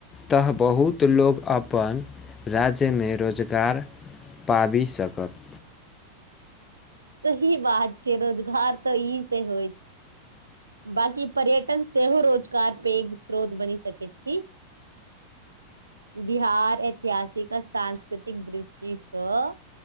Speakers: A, on the left (about 20°); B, on the right (about 80°).
A: तऽ बहुत लोक, अपन राज्यमे रोजगार पाबि सकत।
B: सही बात छै, रोजगार तऽ ई से होय बाकी पर्यटन सेहो रोजगार पेघ स्रोत बनी सकै छी। बिहार, ऐतिहासिकक, सांस्कृतिक दृष्टि सं